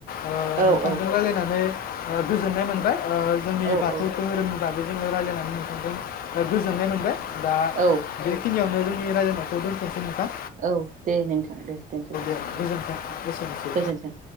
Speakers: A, on the left; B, on the right.
A: ओ
B: औ
A: नोंथांजों
B: औ
A: रायज्लायनानै ओ गोजोननाय मोनबाय ओ जोंनि
B: औ
A: बाथौ
B: औ
A: धोहोरोमनि बागै जोङो रायज्लायनानै नोंथांजों गोजोननाय मोनबाय दा
B: औ
A: बेखिनियावनो जोंनि रायनायखौ दोनथनोसै नोथां।
B: औ दे नोंथां दे दोनथजासै
A: नोंथां दे गोजोन्थों
B: औ औ
A: एसेनोसै
B: गोजोन्थों।